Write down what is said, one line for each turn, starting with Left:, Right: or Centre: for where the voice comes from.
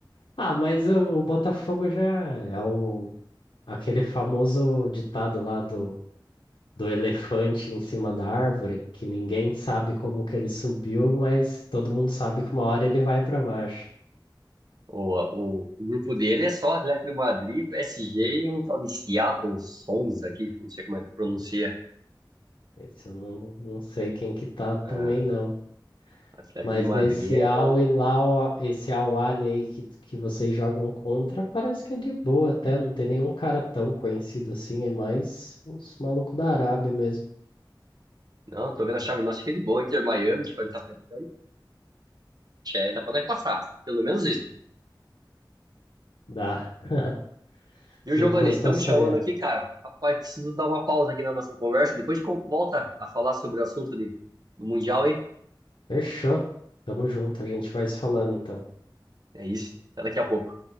Left: Ah, mas o, o Botafogo já é o. Aquele famoso ditado lá do, do elefante em cima da árvore, que ninguém sabe como que ele subiu, mas todo mundo sabe que uma hora ele vai para baixo.
Right: O, o, o grupo dele é só Atlético de Madrid, PSG e um tal de Seattle Sounders aqui, não sei como é que pronuncia.
Left: Esse eu não, não sei quem que tá
Right: Ah,
Left: também, não.
Right: Atlético
Left: Mas
Right: de Madrid
Left: nesse
Right: é
Left: Au
Right: bom.
Left: e Lau, esse Au Ali aí que, que vocês jogam contra, parece que é de boa até, não tem nenhum cara tão conhecido assim, é mais os malucos da Arábia mesmo.
Right: Não, tô vendo a chave nossa fica de boa, Inter Miami, que foi no tapetão, e tchê, dá pra nós passar, pelo menos isso.
Left: Dá. <laughs>
Right: E o
Left: Não
Right: Giovanni,
Left: custa
Right: estão me
Left: sonhar.
Right: chamando aqui, cara. Rapaz, preciso dar uma pausa aqui na nossa conversa, depois a gente co- volta a falar sobre o assunto de, do Mundial, hein?
Left: Fechou. Tamo junto, a gente vai se falando então.
Right: É isso, até daqui a pouco.